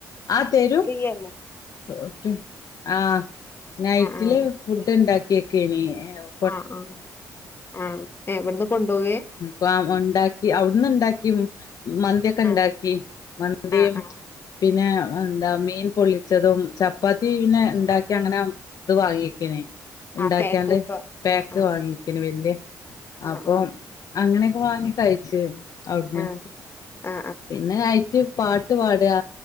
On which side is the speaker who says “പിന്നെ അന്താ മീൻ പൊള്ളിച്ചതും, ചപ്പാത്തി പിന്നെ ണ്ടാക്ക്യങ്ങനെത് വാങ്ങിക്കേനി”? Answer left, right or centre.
Left